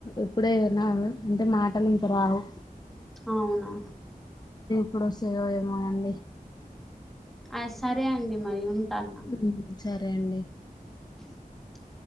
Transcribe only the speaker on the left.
ఇప్పుడేనా అంటే మాటలు ఇంకా రావు
ఇప్పుడస్తయో ఏమో అండి
ఉమ్ సరే అండి